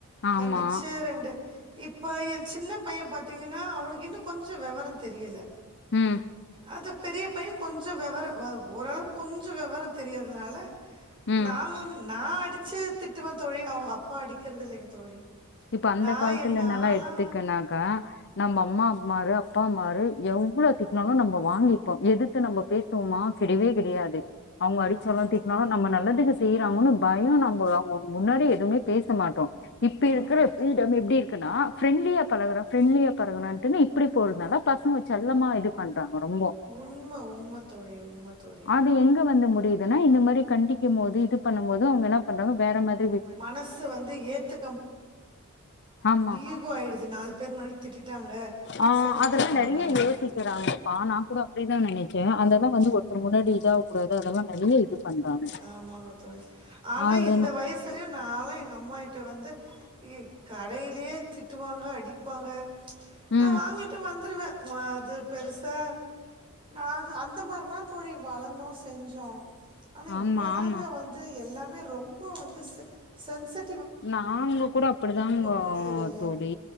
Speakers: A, on the left; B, on the right.
A: ஆமா
B: கண்டிச்சே ரெண்டு இப்ப என் சின்ன பையன் பாத்திங்கனா அவனுக்கு இன்னு கொஞ்ச வெவரம் தெரியல
A: உம்
B: அது பெரிய பையன் கொஞ்ச வெவர ஓரளவுக்கு கொஞ்ச வெவர தெரியாதனால
A: ம்
B: நாங்களும் நா அடிச்சு திட்டுவ தோழி அவுங்க அப்பா அடிக்கிறதில்லங்க தோழி
A: இப்ப அந்த
B: நா
A: காலத்துலனால
B: என் நாலா
A: எத்துக்கனாக்கா நம்ப அம்மா மாரு அப்பா மாரு எவ்ளோ திட்டனாலு நம்ப வாங்கி டோம் எதுத்து நம்ப பேசுவோமா கிடவே கிடையாது அவுங்க அடிச்சாலு
B: ஆமாங்க
A: திட்னாலு
B: தோழி
A: நம்ப நல்லதுக்கு செய்யறாங்கன்னு பயம் நம்ப அவுங்க முன்னாடி எதுவுமே பேச மாட்டோ இப் ப்பிருக்குற
B: ஆமாங்க
A: ஃப்பிரீடம்
B: தோழி
A: எப்டிருக்குன்னா ஃபிரண்டிலியா பழகொற ஃப்பிரன்டிலியா பழகொரன்ட்டு இப்டி போறதநால பசங்க செல்லமா இது பண்றாங்க ரொம்போ
B: உண்மை உண்மை தோழி உண்மை தோழி
A: அது எங்க வந்து முடியுதுனா இந்த மாரி கண்டிக்கும் போது இது பண்ணும்போது அவுங்க என்ன பண்றாங்க வேற மாரி
B: மனசு வந்து ஏத்து
A: ஆமா
B: ஈகோ ஆயிடுது நாலு பேர் முன்னாடி திட்டிட்டாங்க
A: ஆஹ்
B: செஞ்சுட்டாங்க
A: அதெல்லா நெறய யோசிக்கிறாங்கப்பா நா கூட அப்டிதா நெனிக்க அந்ததா வந்து ஒத்தரு முன்னாடி இதாவ கூடாது அதல்லா நறிய இது பண்றாங்க
B: ஆமாங்க தோழி ஆனா
A: அதுனா
B: இந்த வயசுலயு நாலா எங்க அம்மாகிட்ட வந்து இ கடையிலயே திட்டுவாங்க அடிப்பாங்க நா
A: ம்
B: வாங்கிட்டு வந்துருவே நாஅது பெருசா நா அது அந்த மாரிதா தோழி வளந்தோ செஞ்சோ ஆனா
A: ஆமா
B: இப்பதாங்க
A: ஆமா
B: வந்து எல்லா மே ரொம்ப வந்து செ சென்சி
A: நாங்க கூட அப்டிதாங்கோ
B: கூடியதில்ல
A: தோழி